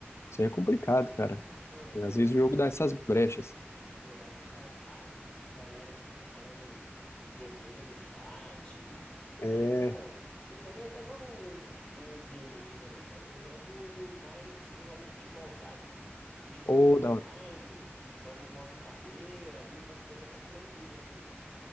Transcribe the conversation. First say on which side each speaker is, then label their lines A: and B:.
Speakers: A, on the left; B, on the left.
A: Isso aí é complicado, cara.
B: É,
A: É,
B: não,
A: Às vezes
B: jogar
A: o jogo dá essas brechas.
B: Jogar com cara hacker, com essas galera que fica falando bobeira no chat.
A: É.
B: Aí não dá, não. Eu também até jogo um- uns games aqui também, mas eu jogo mais. Eu jogo futebol, sabe? Um futebolzinho
A: Ô, da
B: online,
A: hora.
B: jogo um modo carreira ali, umas coisas mais tranquilas, assim.